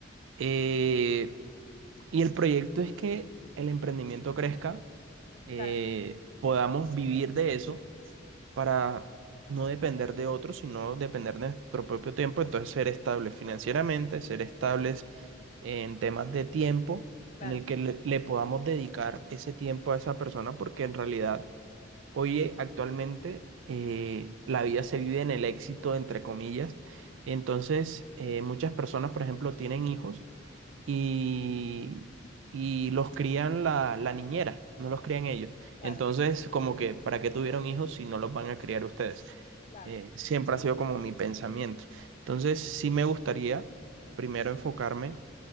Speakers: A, on the right; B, on the left.
A: Eh, y el proyecto es que el emprendimiento crezca, eh,
B: claro,
A: podamos vivir de eso para no depender de otros, sino depender de nuestro propio tiempo. Entonces, ser estables financieramente, ser estables en temas de tiempo
B: claro,
A: en el que le, le podamos dedicar ese tiempo a esa persona, porque en realidad hoy eh, actualmente eh, la vida se vive en el éxito, entre comillas. Entonces, eh, muchas personas, por ejemplo, tienen hijos y, y los crían la, la niñera, no los crían ellos.
B: claro,
A: Entonces, como que, ¿para qué tuvieron hijos si no los van a criar ustedes?
B: claro,
A: Eh, siempre ha sido como mi pensamiento. Entonces, sí me gustaría primero enfocarme